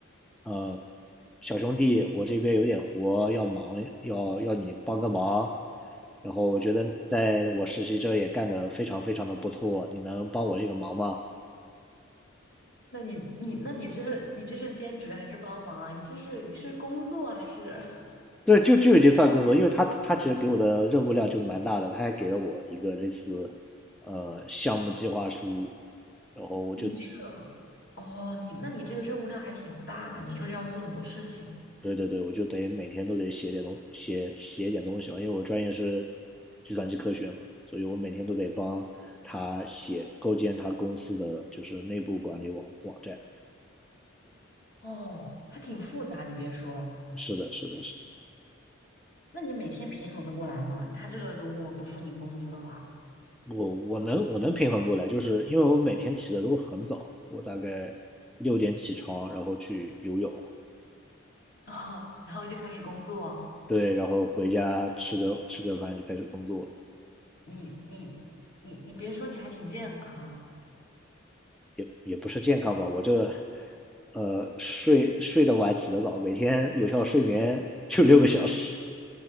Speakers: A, in the centre; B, on the left.
A: 呃，小兄弟，我这边有点活要忙，要要你帮个忙，然后我觉得你在我实习这也干得非常非常的不错，你能帮我这个忙吗？
B: 那你你那你这是你这是兼职还是帮忙啊？你这是你是工作还是
A: 对，就就已经算工作，因为他他其实给我的任务量就蛮大的，他还给了我一个类似，呃，项目计划书，然后我就
B: <laughs> 你这个？哦，你那你这个任务量还挺大，你就是要做很多事情
A: 对对对，我就等于每天都得写点东写写点东西嘛，因为我专业是计算机科学嘛，所以我每天都得帮他写构建他公司的就是内部管理网网站。
B: 哦，还挺复杂。你别说。
A: 是的，是的，是的，
B: 那你每天平衡的过来吗？他这个如果不付你工资的话，
A: 我我能我能平衡过来，就是因为我每天起的都很早，我大概六点起床，然后去游泳，
B: <laughs> 哦，然后就开始工作，
A: 对，然后回家吃个吃个饭就开始工作，
B: 你你你你别说，你还挺健康。
A: 也也不是健康吧，我这呃睡睡得晚起得早，每天有效睡眠 <laughs> 就六个小时